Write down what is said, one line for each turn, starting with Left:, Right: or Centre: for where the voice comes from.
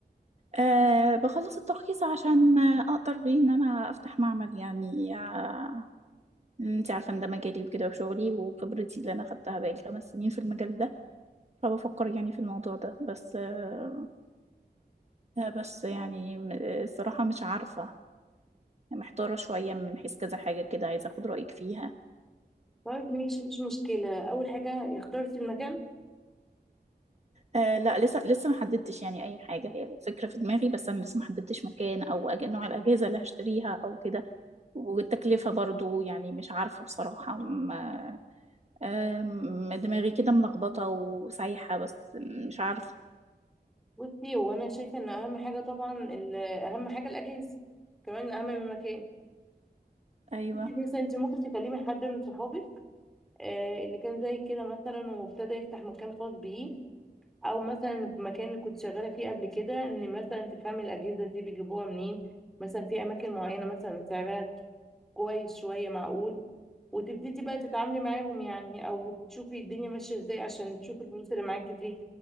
Right: أه بخلص الترخيص عشان آه، أقدر بيه إن أنا أفتح معمل يعني آه، انت عارفة ان ده مجالي وكده وشغلي وخبرتي اللي انا خدتها بقالي خمس سنين في المجال ده فبفكر يعني في الموضوع ده بس آه، بس يعني م- الصراحة مش عارفة محتارة شوية من حيث كذا حاجة كده عايزة اخد رأيك فيها
Centre: طيب ماشي مفيش مشكلة أول حاجة اخترت المكان
Right: آه لا لسه لسه ما حددتش يعني اي حاجة هي الفكرة في دماغي بس انا لسه ما حددتش مكان او أج- نوع الاجهزة اللي هشتريها او كده والتكلفة برضو يعني مش عارفة بصراحة ما- آه، م- دماغي كده ملخبطة وسايحة بس مش عارفة
Centre: بصي هو أنا شايفة إن أهم حاجة طبعا ال- أهم حاجة الأجهزة كمان أهم من المكان
Right: ايوه
Centre: انت مثلا انت ممكن تكلمي حد من صحابك آه اللي كان زي كده مثلا وابتدى يفتح مكان خاص بيه أو مثلا المكان اللي كنت شغالة فيه قبل كده إن مثلا تفهمي الأجهزة دي بيجيبوها منين مثلا في أماكن معينة مثلا سعرها كويس شوية معقول وتبتدي بقى تتعاملي معاهم يعني او تشوفي الدنيا ماشية ازاي عشان تشوفي الفلوس اللي معاكي دي